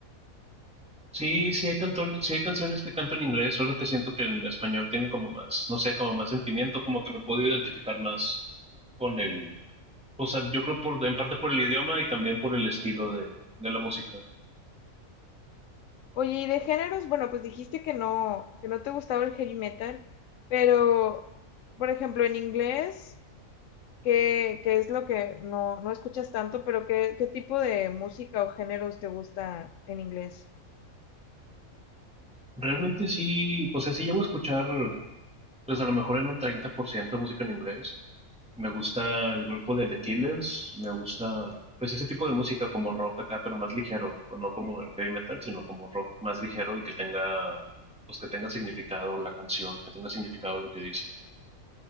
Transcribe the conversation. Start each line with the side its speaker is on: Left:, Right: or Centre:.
Centre: Sí, sí hay canton- sí hay canciones que canto en inglés, solo que siento que en español tiene como más, no sé, como más sentimiento, como que me puedo identificar más con el, o sea, yo creo por, en parte por el idioma y también por el estilo de, de la música.
Left: Oye, y de géneros, bueno, pues dijiste que no, que no te gustaba el heavy metal, pero, por ejemplo, en inglés, ¿qué, qué es lo que no, no escuchas tanto? Pero ¿qué, qué tipo de música o géneros te gusta en inglés?
Centre: Realmente sí, pues sea, sí llevo a escuchar, pues a lo mejor en un 30% música en inglés. Me gusta el grupo de The Killers, me gusta, pues ese tipo de música como rock acá, pero más ligero, co- no como el heavy metal, sino como rock más ligero y que tenga, pues que tenga significado la canción, que tenga significado lo que dicen.